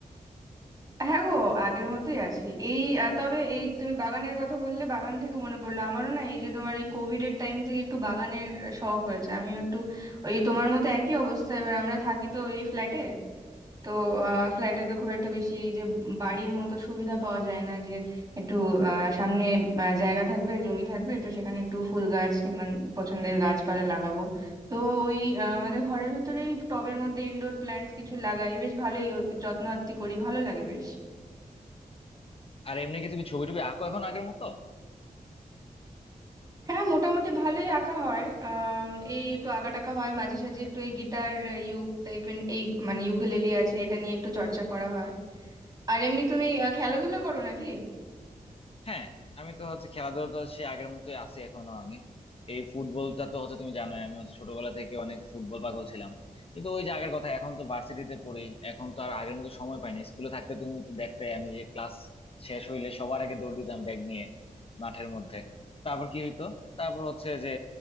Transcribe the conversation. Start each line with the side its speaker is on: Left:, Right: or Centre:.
Right: হ্যাঁ গো আগের মতোই আছি এই আহ, তবে এই তুমি বাগানের কথা বললে বাগান থেকে মনে পড়লো আমারও না এই যে তোমার এই কোভিড এর টাইম থেকে একটু বাগানের আহ, শখ হয়েছে আমিও একটু ওই তোমার মতো একই অবস্থা এবার আমরা থাকি তো এই ফ্ল্যাটে তো ফ্ল্যাটে তো খুব একটা বেশি এই যে বাড়ির মতো সুবিধা পাওয়া যায় না যে একটু আহ, সামনে আহ, জায়গা থাকবে জমি থাকবে তো সেখানে একটু ফুল গাছ কিংবা পছন্দের গাছপালা লাগাবো তো ওই আহ, আমাদের ঘরের ভিতরেই টবের মধ্যে ইনডোর প্ল্যান্টস কিছু লাগাই বেশ ভালোই ওর যত্ন আত্তি করি ভালো লাগে বেশ
Left: আর এমনি কি তুমি ছবি টবি আঁকো এখন আগের মতো
Right: হ্যাঁ মোটামুটি ভালোই আঁকা হয় আম, এই একটু আঁকা টাকা হয় মাঝে সাঝে একটু এই গিটার ইউক টাইপের এই মানে ইউকেলেলি আছে এটা নিয়ে একটু চর্চা করা হয় আর এমনি তুমি আহ, খেলাধুলা করো নাকি
Left: হ্যাঁ আমি তো হচ্ছে খেলাধুলা তো সে আগের মতোই আছি এখনো আমি এই ফুটবলটা তো হচ্ছে তুমি জানোই আমি হচ্ছে ছোটবেলা থেকে অনেক ফুটবল পাগল ছিলাম কিন্তু ওই যে আগের কথা এখন তো ভার্সিটিতে পড়ি এখন তো আর আগের মতো সময় পাই না স্কুলে থাকতে তুমি তো দেখতে আমি যে ক্লাস শেষ হইলে সবার আগে দৌড় দিতাম ব্যাগ নিয়ে মাঠের মধ্যে তারপর কি হইতো তারপর হচ্ছে যে